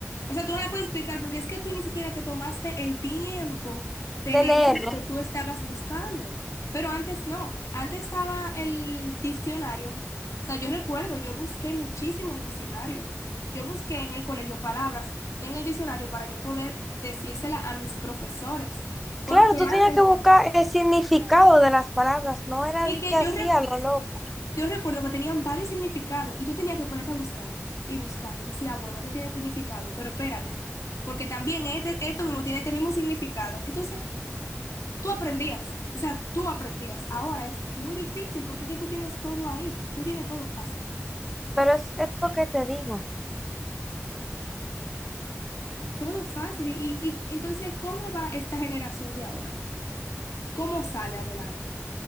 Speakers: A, on the left; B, in the centre.
A: O sea, tú no la puedes explicar porque es que tú ni siquiera te tomaste el tiempo de
B: de
A: leer
B: leerlo.
A: lo que tú estabas buscando. Pero antes no, antes estaba el diccionario. O sea, yo recuerdo, yo busqué muchísimo en diccionario. Yo busqué en el colegio palabras en el diccionario para yo poder decírsela a mis profesores.
B: Claro,
A: Porque
B: tú tenías
A: antes,
B: que buscar el significado de las palabras, no era
A: y
B: de
A: que
B: que así
A: yo recuerdo
B: a lo loco,
A: Yo recuerdo que tenían varios significados y tú tenías que ponerte a buscar y buscar y decía, bueno, este tiene este significado, pero espérate, porque también este, esto mismo tiene este mismo significado. Entonces, tú aprendías, o sea, tú aprendías. Ahora es muy difícil porque es que tú tienes todo ahí, tú tienes todo fácil,
B: pero es, es lo que te digo.
A: todo fácil. Y, y, y entonces, ¿cómo va esta generación de ahora? ¿Cómo sale adelante?